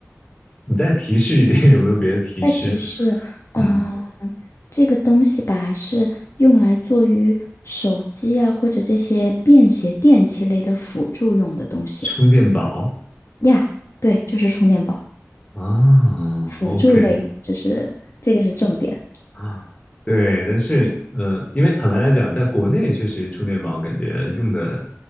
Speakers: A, on the left; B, on the left.
A: 你再提示一点，<laughs> 有没有别的提示？
B: 再提示，啊、
A: 嗯，
B: 这个东西吧是用来做于手机啊或者这些便携电器类的辅助用的东西
A: 充电宝
B: 呀。对，就是充电宝，
A: 啊，OK，
B: 辅助类，就是这个是重点
A: 啊，对，但是呃，因为坦白来讲，在国内确实充电宝感觉用的